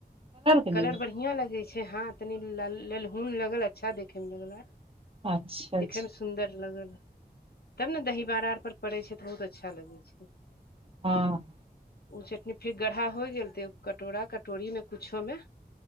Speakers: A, on the right; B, on the left.
A: के
B: कलर
A: लिए
B: बढ़िया बढ़िया लगे छै हां तनी लल ललहुन लगल अच्छा देखे मे लगल
A: अच्छा अच्छा
B: देखे मे सुन्दर लगल तब ने दहीबड़ा आर पर पड़े छै तऽ बहुत अच्छा लगे छै
A: हँ
B: ओ चटनी फेर गढ़हा होय गेल ते कटोरा कटोरी में कुछो में